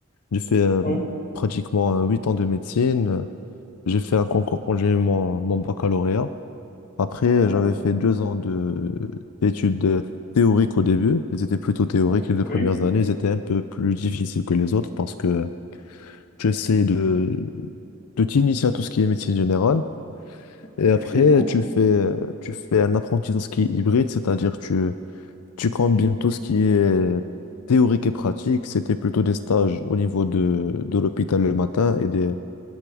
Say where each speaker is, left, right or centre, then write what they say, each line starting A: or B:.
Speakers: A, on the left; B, on the left.
A: J'ai fait euh,
B: ouais,
A: pratiquement euh, 8 ans de médecine. Euh, J'ai fait un concours quand j'ai eu mon, mon baccalauréat. Après,
B: ouais,
A: j'avais fait deux ans de, d'études euh, théoriques au début. Ils étaient plutôt théoriques.
B: ouais.
A: Les deux premières
B: oui,
A: années, ils étaient un peu plus difficiles que les autres parce que tu essaies de, de t'initier à tout ce qui est médecine générale. Et
B: effectivement.
A: après, tu fais, euh, tu fais un apprentissage qui est hybride, c'est-à-dire tu Tu combines tout ce qui est théorique et pratique. C'était plutôt des stages au niveau de, de l'hôpital le matin et des,